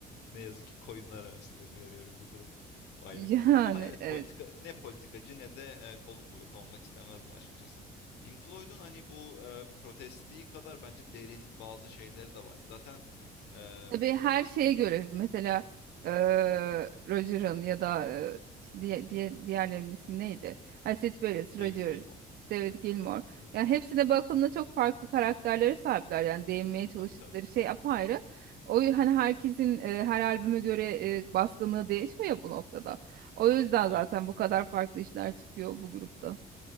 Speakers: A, on the left; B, on the right.
A: ne yazık ki koyunlar arasında görüyorum bu durumda. O ayrı
B: <laughs> yani
A: konu. Ama evet
B: evet.
A: politika ne politikacı ne de e, kolluk kuvveti olmak istemezdim açıkçası. Pink Floyd'un hani bu e, protestliği kadar bence derin bazı şeyleri de var. Zaten e,
B: Tabii her şeye göre mesela eee Roger'ın ya da eee, işte diye, diye- diğerlerinin ismi neydi? Ha, Sid Barrett,
A: David
B: Roger,
A: Gilmour.
B: David Gilmour.
A: Hı hı.
B: Yani hepsine bakıldığında çok farklı karakterlere sahipler. Yani değinmeye çalıştıkları
A: Tabii tabii.
B: şey apayrı. O hani herkesin eee, her albüme göre eee, baskınlığı değişiyor ya bu noktada. O yüzden zaten
A: Evet.
B: bu kadar farklı işler çıkıyor bu grupta.